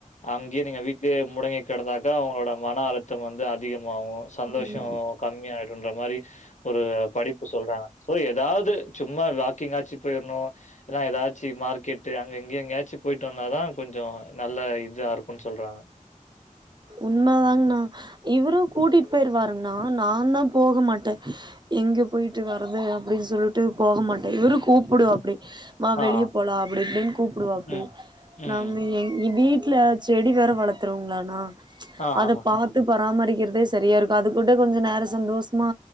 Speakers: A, on the left; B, on the right.
A: அங்கயே நீங்க வீட்லயே முடங்கி கிடந்தாக்க அவுங்களோட மன அழுத்த வந்து அதிக மாவு சந்தோஷ
B: ம்
A: மாவு கம்மியாயிடுன்ற மாரி ஒரு படிப்பு சொல்றாங்க சோ ஏதாவது சும்மா வாக்கிங்காச்சு போயிரணு என்ன ஏதாச்சு மார்க்கெட்டு அங்க இங்க எங்கயாச்சு போயிட்டு வந்தாதா கொஞ்சோ நல்ல இதா இருக்குன் சொல்றாங்க
B: உண்மதாங்ணா இவரு கூட்டிட்டு போயிருவாருங்ணா நா தா போக மாட்டே எங்க போயிட்டு வர்றது அப்படின் சொல்ட்டு போக மாட்டே இவரு கூப்புடுவாப்பிடி மா வெளியே
A: ஆஹா.
B: போலா அப்படி இப்டின்னு கூப்பிடுவாப்டி
A: ம். ம்.
B: நம்ம எங் வீட் வீட்ல செடி வேற வளத் ற்றுருவ்ங்களானா
A: ஆஹாஹா.
B: அத பாத்து பராமரிக்கிறதே செரியா இருக்கு அது கூட கொஞ்சோ நேர சந்தோஷமா